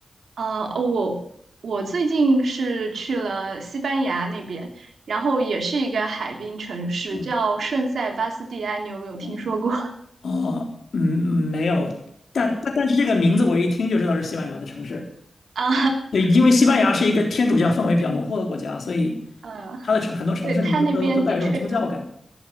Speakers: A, on the right; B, on the left.
A: 呃，我我最近是去了西班牙那边，然后也是一个海滨城市，
B: 嗯
A: 叫圣塞巴斯蒂安，你有没有听说过？
B: 哦
A: <laughs>
B: 哦嗯，没有，但但但是这个名字我一听就知道是西班牙的城市。
A: 啊，
B: 对，因为西班牙是一个天主教氛围比较浓厚的国家，
A: 对，
B: 所以
A: 嗯，
B: 它的城很多城市名字都都带有这种宗教感
A: 对，它那边的确有，